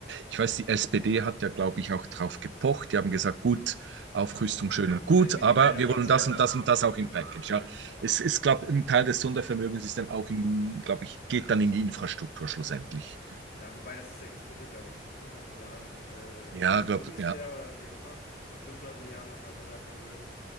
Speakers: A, on the right; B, on the left.
A: Ich weiß, die SPD hat ja, glaube ich, auch drauf gepocht. Die haben gesagt, gut, Aufrüstung
B: Ja,
A: schön und
B: wenn
A: gut,
B: Militär,
A: aber wir
B: dann
A: wollen
B: aber
A: das
B: auch
A: und das und
B: Sondervermögen,
A: das auch im Package.
B: genau,
A: Ja,
B: ja,
A: es ist, glaube ich, ein Teil des Sondervermögens ist dann auch in, glaube
B: ja.
A: ich, geht dann in die Infrastruktur schlussendlich.
B: Ja, wobei das ist ja gesplittet, glaube ich. Das sind 500 Milliarden, äh,
A: Ja, glaube
B: Bundeswehr
A: ja.
B: oder wie auch immer und 500 Milliarden nochmal Sondervermögen.